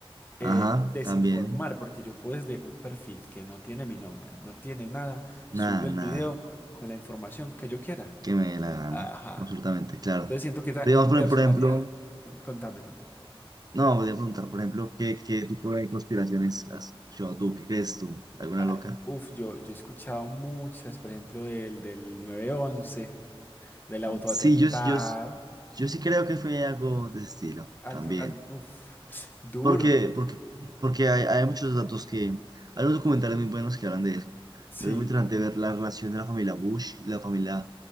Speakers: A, on the left (about 20°); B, on the right (about 40°).
A: eh,
B: Ajá,
A: desinformar,
B: también,
A: porque yo puedo desde un perfil que no tiene mi nombre, no tiene nada,
B: nada,
A: subir
B: nada,
A: el video con la información que yo quiera.
B: que me dé la gana,
A: Ajá.
B: absolutamente, claro.
A: Entonces siento que esa
B: Pero
A: impersonalidad.
B: digamos, por por ejemplo...
A: Con- Contame, contame.
B: No, voy a preguntar, por ejemplo, ¿qué, qué tipo de conspiraciones has escuchado tú? ¿Qué crees tú? ¿Alguna
A: Ah,
B: loca?
A: Uf, yo, yo he escuchado muchas, por ejemplo, del, del nueve once, del autoatentado.
B: Sí, yo, yo, yo sí creo que fue algo de ese estilo
A: Algo,
B: también.
A: algo, uf, duro.
B: Porque, porque, porque hay, hay muchos datos que... Hay unos documentales muy buenos que hablan de eso.
A: Sí,
B: Pero es muy interesante ver la relación de la familia Bush y la familia